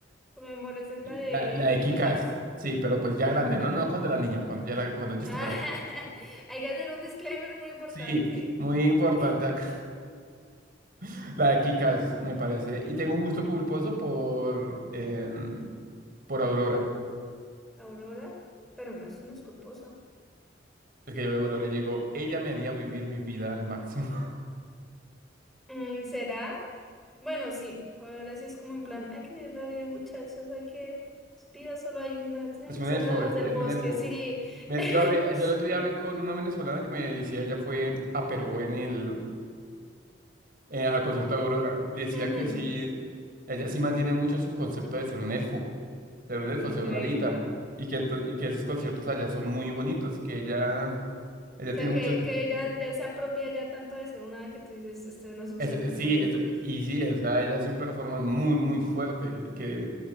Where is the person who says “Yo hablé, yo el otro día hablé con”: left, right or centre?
Right